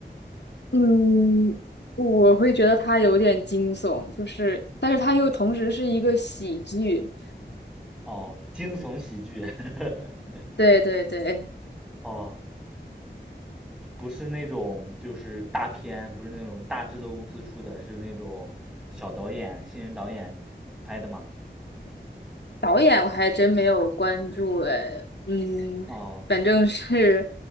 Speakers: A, on the left; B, in the centre.
A: 嗯，我会觉得它有点惊悚，就是，但是它又同时是一个喜剧。
B: 哦，惊悚喜剧。<laughs>
A: 对对对，
B: 哦，不是那种就是大片，不是那种大制作公司出的，是那种小导演、新人导演拍的嘛？
A: 导演我还真没有关注哎，嗯，
B: 哦
A: 反正是，